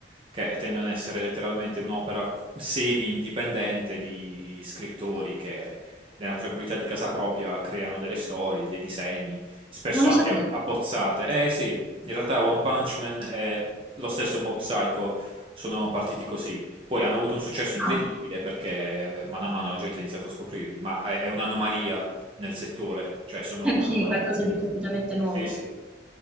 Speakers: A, on the right; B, in the centre.
A: che tendono ad essere letteralmente un'opera qu- semi-indipendente di scrittori che nella tranquillità di casa propria creano delle storie, dei disegni, spesso
B: Non lo
A: anche
B: sapevo.
A: ab- abbozzate. Eh sì, in realtà One Punch Man e lo stesso Mob Psycho sono partiti così. Poi hanno avuto un successo incredibile
B: Ah.
A: perché eh, mano a mano la gente ha iniziato a scoprirli, ma è è un'anomalia nel settore, cioè sono
B: Okay,
A: un'anomalia
B: qualcosa
A: completa.
B: di completamente
A: Sì,
B: nuovo.
A: sì.